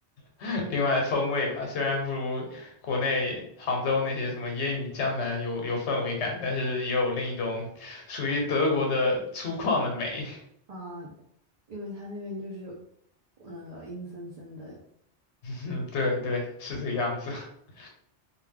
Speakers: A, on the left; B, on the right.
A: <laughs> 另外的风味吧。虽然不如国内杭州那些什么烟雨江南有有氛围感，但是也有另一种属于德国的粗犷的美。
B: 啊，因为他那边就是那个阴森森的
A: 嗯，对对，是这个样子。<laughs>